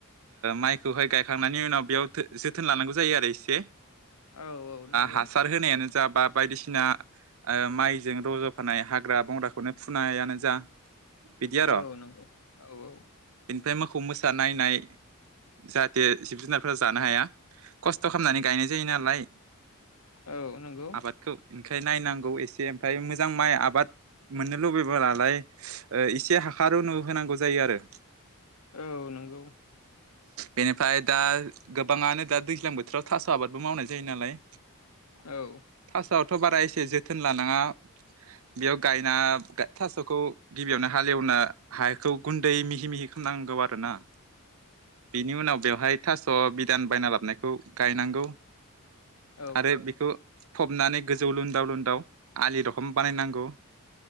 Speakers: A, on the right; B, on the left.
A: माइखौहाय गायखांनायनि उनाव बेयाव जोथोन लानांगौ जायो आरो एसे
B: औ औ नंगौ
A: हासार होनायानो जा बा बायदिसिना माइजों रज'फानाय हाग्रा बंग्राखौनो फुनायानो जा बिदि आर'
B: औ नंगौ औ-औ
A: बेनिफ्राय मोसौ मोसा नायनाय जाहाथे जिब जुनारफोरा जानो हाया खस्थ' खालामनानै गायनाय जायो नालाय
B: औ नंगौ
A: आबादखौ बेनिखायनो नायनांगौ एसे ओमफ्राय मोजां माइ आबाद मोननो लुबैबालाय इसे हाखार अनु होनांगौ जायो आरो
B: औ नंगौ
A: बेनिफ्राय दा गोबाङानो दा दैज्लां बोथोराव थास' आबादबो मावनाय जायो नालाय
B: औ
A: थास'आवथ' बारा एसे जोथोन लानाङा बेयाव गायना थास'खौ गिबियावनो हाले एवनो हाखौ गुन्दै मिहि मिहि खालामनांगौ आरो ना बिनि उनाव बेवहाय थास' बिदान बायना लाबोनायखौ गायनांगौ
B: औ
A: आरो बेखौ फबनानै गोजौ लुनदाव लुनदाव आलि रखम बानायनांगौ